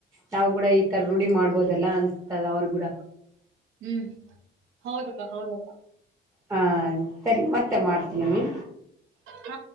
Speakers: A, on the right (about 15°); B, on the right (about 85°).
A: ನಾವವು ಕೂಡ ಈ ತರ ರೂಢಿ ಮಾಡ್ಬೋದಲ್ಲ ಅನ್ಸತದ ಅವ್ರಿಗೂಡ
B: ಹ್ಮ್ ಹೌದಕ್ಕ ಹೌದು ಅಕ್ಕ
A: ಹಾ ಸರಿ ಮತ್ತೆ ಮಾಡ್ತೀನಿ ನೀ
B: ಹಾ